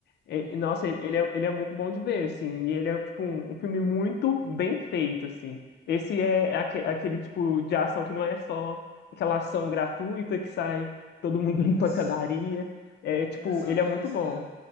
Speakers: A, on the left (about 60°); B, on the left (about 25°).
A: E-
B: Aham.
A: e, Nossa,
B: <laughs>
A: ele ele é, ele é muito bom de ver, assim, e ele é, tipo, um, um filme muito bem feito, assim. Esse é é aque- aquele tipo de ação que não é só aquela ação gratuita que sai todo mundo <laughs> em
B: Não
A: pancadaria.
B: é, s-
A: É, tipo,
B: não é só
A: ele
B: a violência,
A: é muito bom.
B: gra-